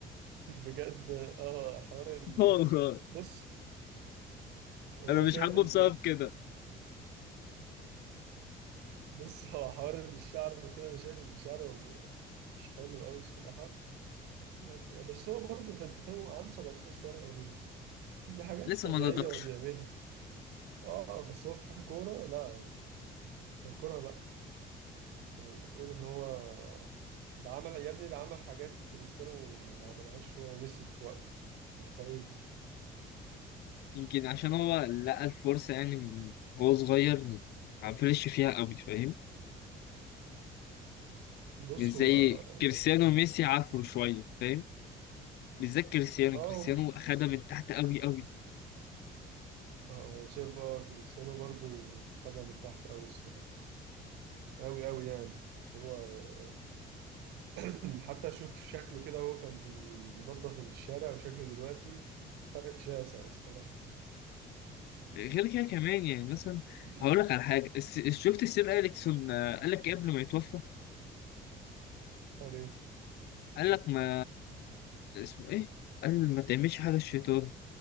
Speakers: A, on the right (about 90°); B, on the left (about 75°).
A: بجد اه حوار ال...
B: <laughs> والله
A: بص وانا
B: انا
A: شايف
B: مش حابه
A: ان
B: بسبب كده
A: بص هو حوار الشعر وكده انا شايف ان شعره مش حلو قوي الصراحه لك- بس هو برضه فانت فاهم هو عنده 17 سنه يعني دي حاجات
B: لسه
A: طبيعيه
B: ما نضجش
A: وبيعملها اه بس هو ككوره لا يعني ككوره لا يعني بتقول ان هو ده عمل يا ابني ده عمل حاجات كريستيانو ما عملهاش هو وميسي في وقته متخيل
B: يمكن عشان هو لقى الفرصه يعني من- وهو صغير ما عفرش فيها قوي فاهم
A: بص
B: مش زي
A: هو
B: كريستيانو
A: يعني
B: وميسي عفروا شويه فاهم بالذات كريستيانو
A: اه
B: كريستيانو اخدها من تحت قوي قوي
A: آه، شايف بقى كريستيانو برضه خدها من تحت قوي الصراحه أوي أوي يعني اللي هو <clears throat> حتى أشوف شكله كده هو كان بي... بينظف الشارع وشكله دلوقتي فرق شاسع الصراحة
B: غير كده كمان يعني مثلا
A: <clears throat>
B: هقول لك على حاجه الس- شفت السير اليكسون آه، قال لك إيه قبل ما يتوفى
A: قال إيه؟
B: قال لك ما اسمه ايه قال ما تعملش حاجه الشيطان